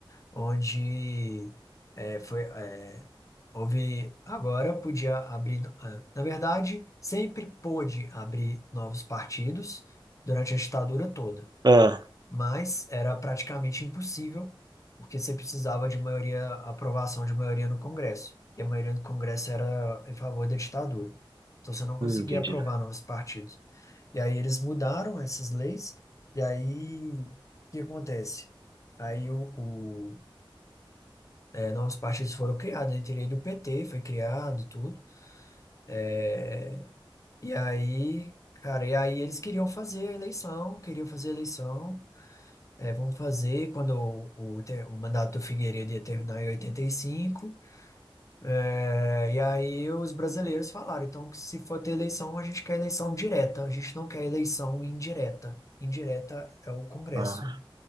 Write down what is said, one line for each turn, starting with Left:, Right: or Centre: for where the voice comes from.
Left: onde é, foi, é, houve, agora podia abrir, ah, na verdade, sempre pôde abrir novos partidos durante a ditadura toda.
Right: Ah,
Left: mas era praticamente impossível, porque você precisava de maioria, aprovação de maioria no Congresso, e a maioria do Congresso era em favor da ditadura. Então você não conseguia
Right: hum, entendi.
Left: aprovar novos partidos. E aí eles mudaram essas leis, e aí o que acontece? Aí o, o, é, novos partidos foram criados, entre ele o PT foi criado, tudo. É, e aí, cara, e aí eles queriam fazer a eleição, queriam fazer a eleição, É, vamos fazer quando o, o, te- o mandato do Figueiredo ia terminar em 85. É, e aí os brasileiros falaram, então, que se for ter eleição, a gente quer eleição direta, a gente não quer eleição indireta. Indireta é o Congresso,
Right: Ah,
Left: né,